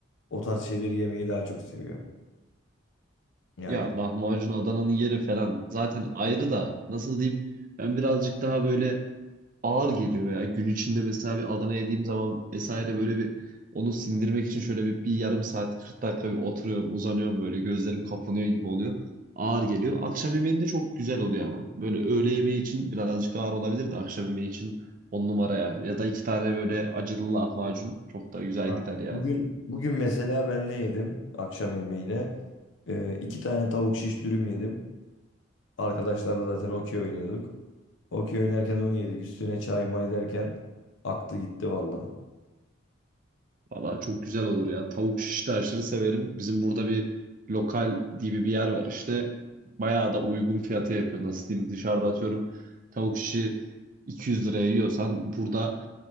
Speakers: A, on the left (about 70°); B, on the right (about 40°).
A: o tarz şeyleri yemeyi daha çok seviyorum. Yani
B: Ya lahmacun Adana'nın yeri falan zaten ayrı da nasıl diyeyim ben birazcık daha böyle ağır geliyor ya. Gün içinde mesela bir Adana yediğim zaman vesaire böyle bir onu sindirmek için şöyle bir, bir yarım saat 40 dakika bir oturuyorum, uzanıyorum böyle gözlerim kapanıyor gibi oluyor. Ağır geliyor. Akşam yemeğinde çok güzel oluyor ama. Böyle öğle yemeği için birazcık ağır olabilir de akşam yemeği için on numara yani. Ya da iki tane böyle acılı lahmacun çok da güzel
A: Aynen.
B: gider yani.
A: bugün bugün mesela ben ne yedim akşam yemeğine? Ee, iki tane tavuk şiş dürüm yedim. Arkadaşlarla zaten okey oynuyorduk. Okey oynarken onu yedik. Üstüne çay may derken aktı gitti valla.
B: Valla çok güzel olur ya. Tavuk şiş de aşırı severim. Bizim burada bir lokal gibi bir yer var işte. Bayağı da uygun fiyata yapıyor. Nasıl diyeyim? Dışarıda atıyorum tavuk şişi 200 liraya yiyorsan burada